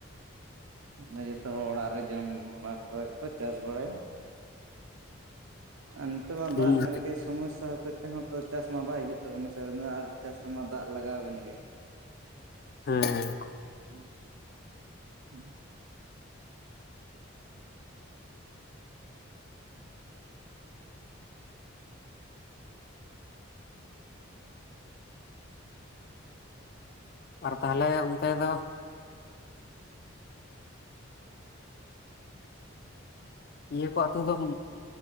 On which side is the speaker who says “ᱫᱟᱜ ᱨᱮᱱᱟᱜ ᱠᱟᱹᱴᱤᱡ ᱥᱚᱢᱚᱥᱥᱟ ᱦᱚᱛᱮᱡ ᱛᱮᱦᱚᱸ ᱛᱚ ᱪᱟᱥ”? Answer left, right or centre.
Right